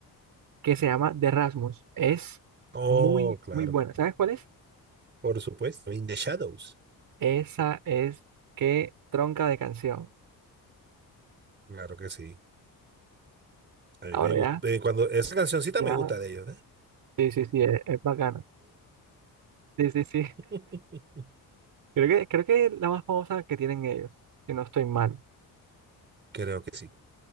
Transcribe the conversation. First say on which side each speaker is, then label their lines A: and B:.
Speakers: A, on the right; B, on the right.
A: que se llama The Rasmus. Es
B: Oh,
A: muy,
B: claro,
A: muy buena. ¿Sabes cuál es?
B: por supuesto. In the Shadows.
A: Esa es qué tronca de canción.
B: Claro que sí. A mí
A: Ahora
B: me gusta,
A: ya,
B: eh, cuando esa cancioncita
A: ya,
B: me gusta de ellos, ¿eh?
A: sí, sí, sí, es, es bacana. Sí, sí, sí.
B: <laughs>
A: Creo que, creo que es la más famosa que tienen ellos, si no estoy mal,
B: Creo que sí,